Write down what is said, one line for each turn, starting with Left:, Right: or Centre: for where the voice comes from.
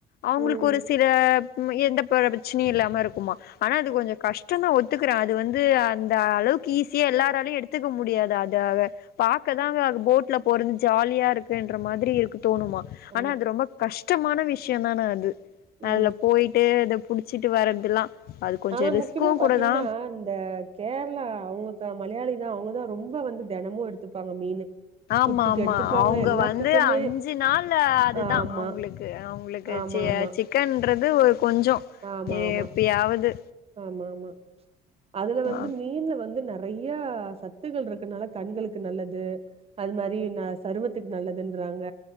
Left: அவுங்களுக்கு
Right: ம்
Left: ஒரு சில எந்தப்பர பிரச்சனயு இல்லாம இருக்குமா ஆனா அது கொஞ்சோ கஷ்டனு ஒத்துக்குறே அது வந்து அந்த அளவுக் கு ஈஸியா எல்லாராலயு எடுத்துக்க முடியாது அத் அந்த அத பாக்கதாங்க அங்க போட்ல போறது ஜாலியா இருக்குன்ற மாதிரி இருக்கு தோணுமா ஆனா
Right: ஆமா
Left: அது ரொம்ப கஷ்டமான விஷ்யம் தான அது
Right: ம்
Left: அதுல போய்ட்டு அதப் புடிச்சிட்டு வர்றதுல்லா அது கொஞ்சோ
Right: ஆனா
Left: ரிஸ்க்கு
Right: முக்கியமா பாத்தீங்ன்னா
Left: கூட தா
Right: இந்த கேர்ளா அவுங்க தா மலையாளி தா அவ்ங்கதா ரொம்ப வந்து தெனமும் எடுத்துப்பாங்க மீனு
Left: ஆமா
Right: புட்டுக்கு
Left: ஆமா
Right: எடுத்துப்பாங்க
Left: அவுங்க
Right: எல்லாத்துக்குமே
Left: வந்து அஞ்சு நாள் ஆ அதுதா
Right: ஆமா
Left: அவ்ங்ளுக்கு அவ்ங்ளுக்
Right: ஆமா ஆமா
Left: சிக்கன்றது ஒரு கொஞ்சோ
Right: ஆமா
Left: எப்பயாவது
Right: ஆமா ஆமா ஆமா அதுல வந்து
Left: ஆ
Right: மீன்ல வந்து நெ றையா சத்துகள் இருக்குனால கண்களுக்கு நல்லது அது மாரி ந சருமத்துக்கு நல்லதுன்றாங்க